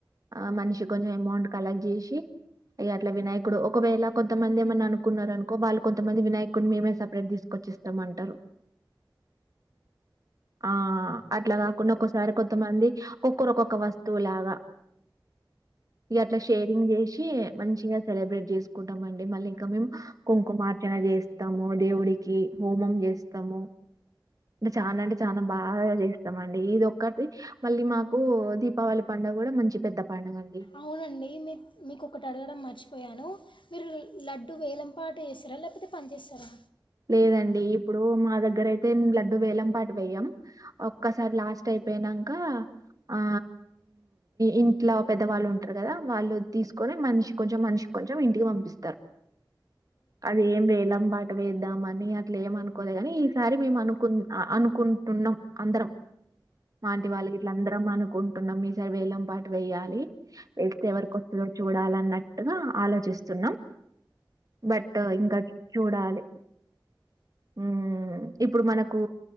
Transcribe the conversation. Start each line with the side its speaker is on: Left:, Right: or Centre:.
Right: ఆ మనిషి కొంచెం అమౌంట్ కలెక్ట్ చేసి ఇగ అట్లా వినాయకుడు ఒకవేళ కొంతమంది ఏమన్నా అనుకున్నన్నారు అనుకో వాళ్ళు కొంతమంది వినాయకున్ని మేమే సపరేట్ తీసుకొచ్చిస్తా త్తమంటారు ఆ అట్లా కాకుండా ఒకసారి కొంతమంది ఒక్కరుక్కొక్క వస్తువులాగా ఇగ అట్లా షేరింగ్ చేసి మంచిగా సెలబ్రేట్ చేసుకో కుంటం మండి మళ్ళీ ఇంకా మేము కుంకుమార్చన చేసి తమో దేవుడికి హోమం చేస్తాము అంటే చానా అంటే చాన బాగా చేస్తాము అండి ఇది ఒక్కటి మళ్ళీ మాకు దీపావళి పండుగ కూడా మంచి పెద్ద పండుగండి.
Left: అవునండి మీ మీకు ఒకటి అడగడం మర్చి పోయాను మీరు లడ్డు వేలంపాట ఎస్తరా లేపోతే పంచేస్తరా
Right: లేదండి ఇప్పుడు మా దగ్గర అయితే లడ్డు వేలం పాటు వేయం ఒక్కసారి లాస్ట్ అయిపోయినంక ఆ ఇంట్లో పెద్దవాళ్ళు ఉంటారు కదా వాళ్ళు తీసుకొని మనిషి కొంచెం మనిషి కొంచెం ఇంటికి పంపి ఇస్తర్ అదేం వేలం పాట వేద్ అనీ అట్లా ఏమ అనుకోలే గని ఈసారి మేము అనుకు అనుకుంటున్నాం అందరం మాఆంటీ వాళ్ళకి గిట్ల అందరం అనుకుంటున్నాం మీ వేలం పాటు వెేయ్యాలి వేస్తే ఎవరికి వస్తదో చూడాల అన్నట్టుగా ఆలోచిస్తున్నాం బట్ ఇంకా చూడాలే ఉం ఇప్పుడు మనకు